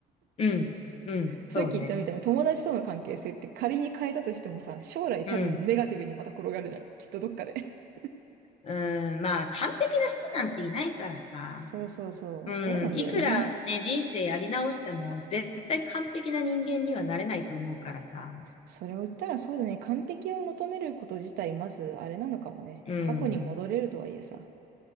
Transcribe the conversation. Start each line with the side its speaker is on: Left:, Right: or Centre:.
Left: うん、うん、そうね。
Right: さっき言ったみたいに友達との関係性って仮に変えたとしてもさ、将来多分ネガティブにまた転がるじゃん。
Left: うん、
Right: きっとどっかで。<laughs>
Left: うん、まあ完璧な人なんていないからさ。
Right: そうそうそう、
Left: うん、
Right: そうなんだよね。
Left: いくらね、人生やり直しても絶対完璧な人間にはなれないと思うからさ。
Right: それを言ったらそうだね、完璧を求めること自体まずあれなのかもね。
Left: うん。
Right: 過去に戻れるとはいえさ。